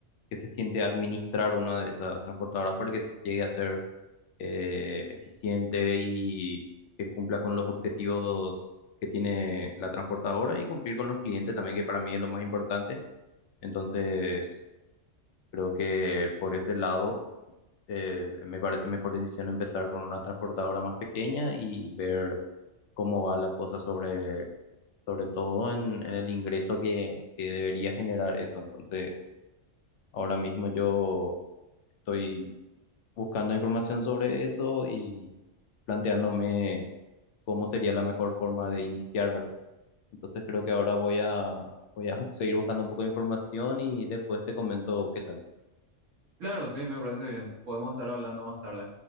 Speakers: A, on the left; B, on the right.
A: que se siente administrar una de esas transportadoras para que se- llegue a ser eh, eficiente y que cumpla con los objetivos que tiene la transportadora y cumplir con los clientes también, que para mí es lo más importante. Entonces, creo que por ese lado eh, me parece mejor decisión empezar con una transportadora más pequeña y ver cómo va la cosa sobre, sobre todo en, en el ingreso que, que debería generar eso. Entonces, ahora mismo yo estoy buscando información sobre eso y planteándome cómo sería la mejor forma de iniciar, ¿verdad? Entonces, creo que ahora voy a, voy a <laughs> seguir buscando un poco de información y después te comento qué tal.
B: Claro, sí, me parece bien. Podemos estar hablando más tarde.